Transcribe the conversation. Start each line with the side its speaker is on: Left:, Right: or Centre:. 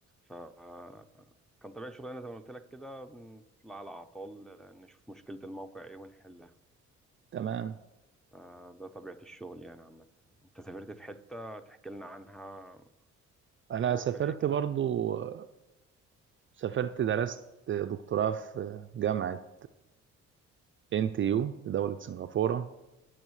Centre: فكان طبيعه شغلنا زي ما قلت لك كده بنطلع على اعطال آه، نشوف مشكله الموقع ايه ونحلها
Right: تمام
Centre: آه، ده طبيعه الشغل يعني عامه انت سافرت في حته تحكي لنا عنها
Right: انا
Centre: ظروفها
Right: سافرت
Centre: ايه كده
Right: برضو آه، سافرت درست دكتوراه في جامعة ان تي يو في دولة سنغافورة